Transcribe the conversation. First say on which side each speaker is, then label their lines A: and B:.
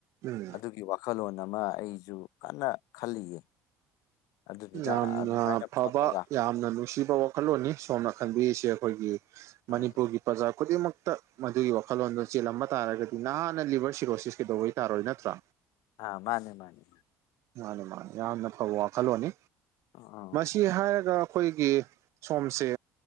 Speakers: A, on the right; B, on the left.
A: ꯎꯝ
B: ꯑꯗꯨꯒꯤ ꯋꯥ ꯈꯜꯂꯣꯟ ꯑꯃ ꯑꯩꯖꯨ ꯀꯟꯅ ꯈꯜꯂꯤꯌꯦ ꯑꯗꯨꯗꯨꯗ
A: ꯌꯥꯝꯅ
B: ꯑꯗꯨꯃꯥꯏꯅ
A: ꯐꯕ
B: ꯐꯝꯃꯒ
A: ꯌꯥꯝꯅ ꯅꯨꯡꯁꯤꯕ ꯋꯥꯈꯜꯂꯣꯟꯅꯤ ꯁꯣꯝꯅ ꯈꯟꯕꯤꯔꯤꯁꯦ ꯑꯩꯈꯣꯏꯒꯤ ꯃꯅꯤꯄꯨꯔꯒꯤ
B: ꯎꯝ
A: ꯄ꯭ꯔꯖꯥ ꯈꯨꯗꯤꯡꯃꯛꯇ ꯃꯗꯨꯒꯤ ꯋꯥꯈꯜꯂꯣꯟꯗꯨ ꯆꯦꯜꯂꯝꯕ ꯇꯥꯔꯒꯗꯤ ꯅꯍꯥꯟꯅ ꯂꯤꯚꯔ ꯁꯤꯔꯣꯁꯤꯁ ꯀꯩꯗꯧꯕꯩ ꯇꯥꯔꯣꯏ ꯅꯠꯇ꯭ꯔꯥ
B: ꯑꯥ ꯃꯥꯅꯦ ꯃꯥꯅꯦ
A: ꯃꯥꯅꯦ ꯃꯥꯅꯤ ꯌꯥꯝꯅ ꯐꯕ ꯋꯥꯈꯜꯂꯣꯟꯅꯤ
B: <unintelligible>
A: ꯀꯤ ꯍꯥꯏꯔꯒ ꯑꯈꯣꯏꯒꯤ ꯁꯣꯝꯁꯦ